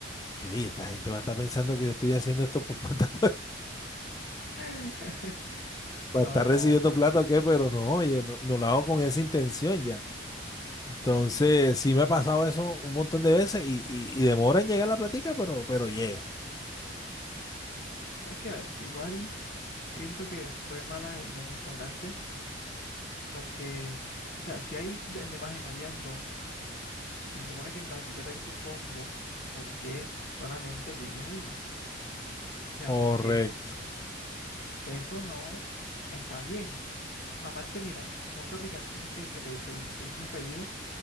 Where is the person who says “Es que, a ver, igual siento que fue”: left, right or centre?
Left